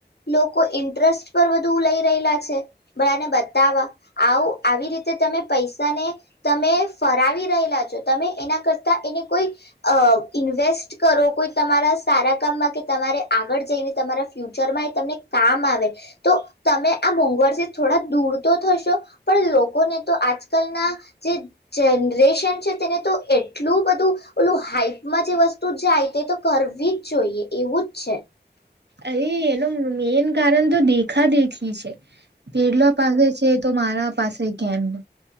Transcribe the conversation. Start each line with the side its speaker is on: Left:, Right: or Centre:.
Left: લોકો ઇન્ટરેસ્ટ પર વધુ લઈ રહેલા છે, બધાને બતાવા આવ આવી રીતે તમે પૈસાને તમે ફરાવી રહેલા છો, તમે એના કરતા એને કોઈ આ ઇન્વેસ્ટ કરો, કોઈ તમારા સારા કામમાં કે તમારે આગળ જઈને તમારા ફ્યુચરમાં તમને કામ આવે, તો તમે આ મોંઘવારથી થોડા દૂર તો થશો પણ, લોકોને તો આજકાલના જે જનરેશન છે, તેને તો એટલું બધું ઓલું હાઈપમાં જે વસ્તુ જાય તે તો કરવી જ જોઈએ એવું જ છે
Right: અરે એ લોકો મેઈન કારણ તો દેખા દેખી છે પેલો પાગલ છે, તો મારા પાસે કેમ